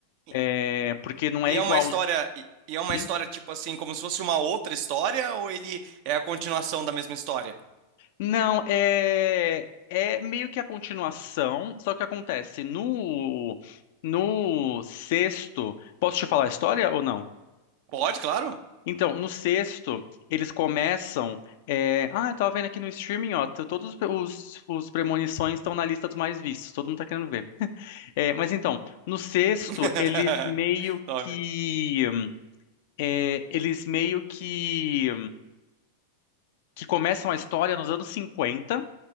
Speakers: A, on the right; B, on the left.
A: E,
B: é, porque não é
A: e
B: igual.
A: é uma história,
B: ao
A: e, e é uma
B: quin-
A: história tipo assim, como se fosse uma outra história, ou ele é a continuação da mesma história?
B: Não, é, é meio que a continuação, só que acontece no, no sexto. Posso te falar a história ou não?
A: Pode, claro.
B: Então, no sexto, eles começam. é, Ah, eu tava vendo aqui no streaming, ó. t- Todos os, os premonições estão na lista dos mais vistos. Todo mundo tá querendo ver. É, mas então, no sexto,
A: <laughs>
B: eles meio
A: Top,
B: que. é, eles meio que. que começam a história nos anos 50.